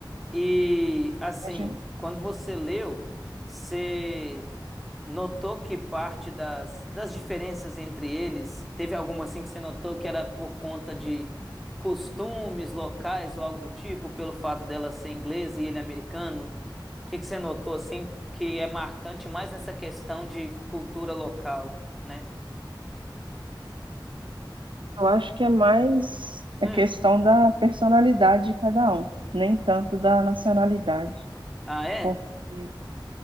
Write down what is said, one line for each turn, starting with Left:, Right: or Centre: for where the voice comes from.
Centre: E assim,
Right: A gente-
Centre: quando você leu, você notou que parte das, das diferenças entre eles, teve alguma assim que você notou que era por conta de costumes locais ou algo do tipo, pelo fato dela ser inglesa e ele é americano? O que que você notou assim que é marcante mais nessa questão de cultura local, né?
Right: Eu acho que é mais
Centre: Hum.
Right: a questão da personalidade de cada um, nem tanto da nacionalidade,
Centre: Ah, é?
Right: porque